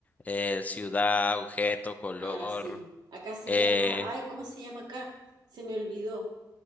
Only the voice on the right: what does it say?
Ah, sí. Acá se
llama. Ay, ¿cómo se llama acá? Se me olvidó.